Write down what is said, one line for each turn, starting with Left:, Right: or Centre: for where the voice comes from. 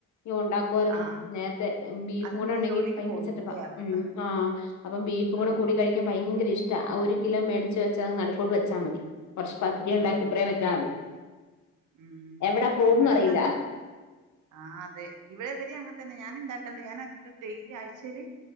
Left: ഇനി ഒണ്ടാക്കും. ക്കുവായിരുന്നു
Right: ആഹ്
Left: നേരത്തെ. ബീഫും
Right: അത്
Left: കൂടെ
Right: നീ
Left: ഒണ്ടെങ്കി
Right: ജോലിക്ക്
Left: ഭയങ്കര
Right: പോകുന്നുണ്ടല്ലേ
Left: സെറ്റപ്പാ.
Right: അതുകൊണ്ടാ
Left: ഉം ആഹ്, അപ്പം ബീഫും കൂടെ
Right: ആഹ്
Left: കൂടി കഴിക്കാൻ ഭയങ്കര ഇഷ് ടാ. ഒരു കിലോ മേടിച്ച് വെച്ച് അങ് നടക്കോട്ട് വെച്ചാ മതി. കൊറച്ച് പത്തിരിം ഇണ്ടാക്കി
Right: ആഹ്
Left: ഇപ്പ്രേം വൊച്ചാ മതി.
Right: ഉം
Left: എവിടെ പോവുന്ന്ന്നറിയില്ല.
Right: ഇവിടെന്നാ ആഹ് അതെ. ഇവടെ ഇവരും അങ്ങനെ തന്നെ ഞാന്ണ്ടാക്കല്ണ്ട് ഞാനധികം ഡെയിലി ആഴ്ചയില്